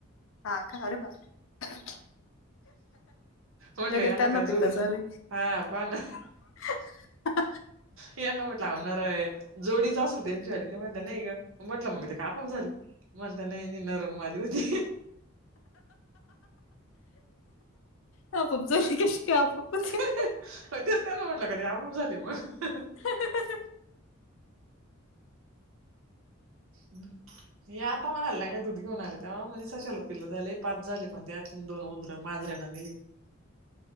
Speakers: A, on the left (about 65°); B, on the right (about 75°).
A: हा का, अरे.. बापरे!
B: म्हटलं
A: लगेच,
B: याला
A: त्यांना
B: काय जोडीच
A: पिल्लं झाली.
B: हा पहा ना.
A: <inaudible>
B: यांना म्हटलं, अवं नर हाय जोडीच असेल. त्यांच्या वली ते म्हणता. नाही ग म्हटलं. मग ते का आपआप झाली. म्हणता नाही, नाही, नर अन् मादी होती.
A: आपोआप झाली, कशी काय आपोआप होते.
B: <inaudible> हो, तेच त्यांला म्हटलं, काय ते आपाप झाली मग.
A: <inaudible>
B: हे, आता म्हणा आलं ना, दुध घेऊन आलं, तेव्हा म्हणे सशाला पिल्लं झाले, पाच झाले, पण त्यात दोन उंदरं, मांजरेनं नेली.
A: <unintelligible>